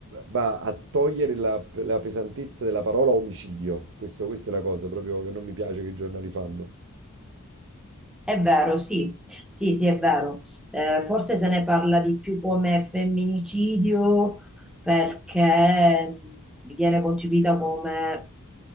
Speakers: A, on the right (about 55°); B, in the centre.
A: va a togliere la, la pesantezza della parola omicidio. Questo- questa è la cosa proprio che non mi piace che i giornali fanno.
B: È vero, sì, sì, sì, è vero. Eh, forse se ne parla di più come femminicidio perché viene concepita come...